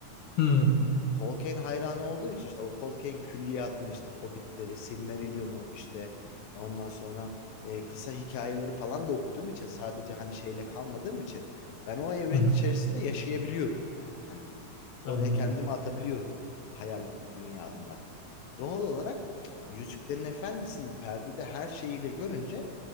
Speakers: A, on the left; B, on the left.
A: Hmm,
B: Tolkien hayranı olduğum için işte o Tolkien külliyatını işte Hobbitleri, Silmarillion'u işte ondan sonra e, kısa hikayeleri falan da okuduğum için sadece hani şeyle kalmadığım için ben o evrenin
A: hı hı,
B: içerisinde yaşayabiliyorum yani. Hani, Oraya
A: Anladım.
B: kendimi atabiliyorum hayal dünyamda. Doğal olarak Yüzüklerin Efendisi'ni perdede her şeyiyle görünce